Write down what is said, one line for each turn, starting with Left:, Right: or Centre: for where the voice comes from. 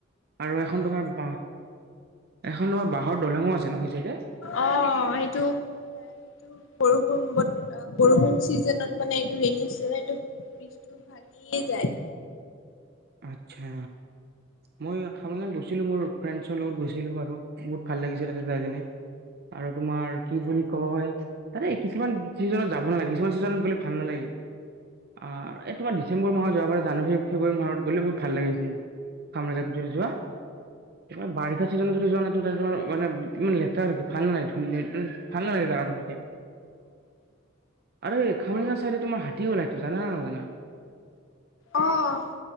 Right: আৰু এখন তোমাৰ বাঁহ। এখন তোমাৰ বাঁহৰ দলেঙো আছে। ন সেই চাইডে
Left: অ' সেইটো সেইটো। বৰষুণ কত বৰষুণ চিজনত মানে এইটো ৰেনী চিজনত, এইটো ভাঙিয়ে যায়।
Right: আটছা। মই খামৰাং গৈছিলো মোৰ। ফ্ৰেণ্ডছৰ লগত গৈছিলো বাৰু বহুত। ভাল লাগিছে তাতে জাই কেনি আৰু তোমাৰ কি বুলি কয় তানে কিছুমান চিজনত যাব। ভাললাগে কিছুমান ছিজনত গলে ভাল নালাগে। আৰু এই তোমাৰ ডিচেম্বৰ মাহত যোৱা। জানুৱাৰী, ফেব্ৰুৱাৰী মাহত। গলে বহুত ভাল লাগিছিল। খামৰাঙত যোৱা তোমাৰ বাৰিষা চিজনত যদি যোৱা ত তোমাৰ। ইমান লেটেৰা ভাল নালাগে <unintelligible> ভাল লাগে জেগাটো এতিয়া। আৰু খামৰঙা চাইডে তোমাৰ হাতী ওলাই জানা নে নাজানা?
Left: অ',